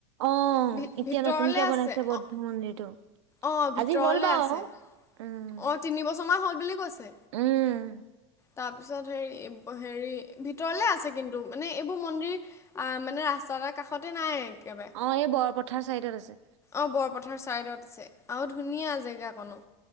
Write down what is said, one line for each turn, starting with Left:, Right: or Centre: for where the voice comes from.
Right: অঁ
Left: ভি
Right: এতিয়া
Left: ভিতৰলে
Right: নতুনকে
Left: আছে
Right: বনাইছে বৌদ্ধ
Left: অ'
Right: মন্দিৰটো।
Left: অ' ভিতৰলে
Right: আজি হ'ল বাওঁ,
Left: আছে।
Right: উম।
Left: অ' তিনি বছৰমান হ'ল বুলি কৈছে।
Right: উম,
Left: তাপিছত হেৰি হেৰি ভিতৰলে আছে কিন্তু মানে এইবোৰ মন্দিৰ- আঁ মানে ৰাস্তা এটা কাষতে নাই একেবাৰে।
Right: অঁ এই বৰপথাৰ চাইডত আছে।
Left: অঁ বৰপথাৰ ছাইডত আছে আৰু ধুনীয়া জেগা কণো,